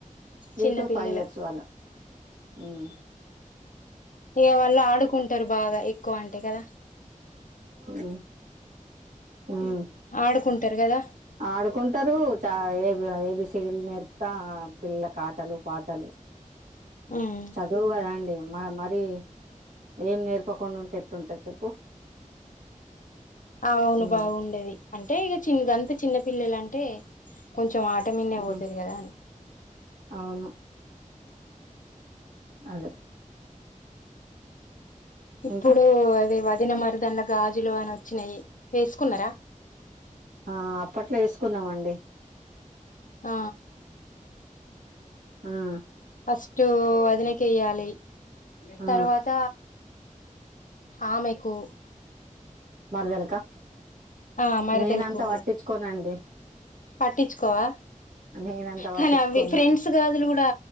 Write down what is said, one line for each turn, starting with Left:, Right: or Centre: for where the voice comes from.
Right: త్రీ
Left: చిన్న
Right: టు
Left: పిల్లలు
Right: ఫైవ్ ఇయర్స్ వాళ్ళు ఉమ్
Left: ఇక వాళ్ళు ఆడుకుంట టరు బాగా ఎక్కువ అంటే గాదా
Right: ఉమ్ ఉమ్
Left: ఆడుకుం టారు గాదా
Right: ఆడుకుంటారు. చ A B A B C D లు నేర్ త్త పిల్లల కు ఆటలు పాటలు
Left: ఉమ్
Right: చదువు గదా అండి ఆ మరి ఏం నేర్పకుండా ఉంటే ఎట్లుంటంది చెప్పు
Left: అవును
Right: ఉమ్
Left: బాగుండది అంటే ఇగా చిన్ గంత చిన్న పిల్లలు అంటే కొంచెం ఆ ట్టమిన్నే
Right: ఉమ్
Left: పోతది గాదా అని
Right: అవును అదే
Left: ఇప్పుడు
Right: ఇంకా
Left: అదే వా దిన మరదలు గాజులు అని వోచ్చినాయి. వేసుకున్నారా
Right: ఆ అప్పట్లో వేసుకున్నామండి
Left: ఆ
Right: హ్
Left: ఫస్ట్ వదినకేయ్యాలి
Right: ఆ
Left: తర్వాత ఆమెకు
Right: మరదలకా
Left: ఆ మరదలకు
Right: నేనంతా పట్టించుకోనండి
Left: పట్టించుకోవా
Right: నేనంత పట్టించుకోను
Left: కానీ అవి ఫ్రెండ్స్ గాజులు కూడా